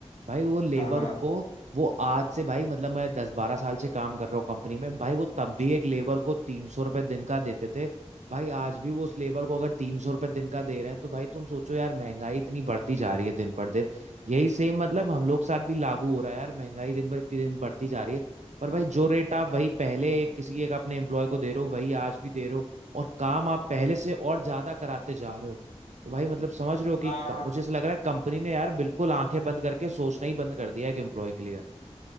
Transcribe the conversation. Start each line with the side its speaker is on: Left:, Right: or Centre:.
Right: भाई वो लेबर
Left: हाँ हाँ
Right: को वो आज से भाई मतलब मैं दस बारह साल से काम कर रहा हूँ कंपनी में भाई वो तब भी एक लेबर को तीन सौ रुपये दिन का देते थे भाई आज भी वो उस लेबर को अगर तीन सौ रुपये दिन का दे रहे हैं तो भाई तुम सोचो यार महंगाई इतनी बढ़ती जा रही है दिन पर दिन यही सेम मतलब हम लोग के साथ भी लागू हो रहा है यार महंगाई दिन पर इतनी दिन बढ़ती जा रही है पर भाई जो रेट आप वही पहले एक किसी एक अपने एम्प्लॉय को दे रहे हो वही आज भी दे रहे हो और काम आप पहले से और ज्यादा कराते जा रहे हो तो भाई मतलब समझ रहे हो कि
Left: हाँ
Right: का- मुझे ऐसा लग रहा है कंपनी ने यार बिल्कुल आंखें बंद करके सोचना ही बंद कर दिया है एक एम्प्लॉय के लिए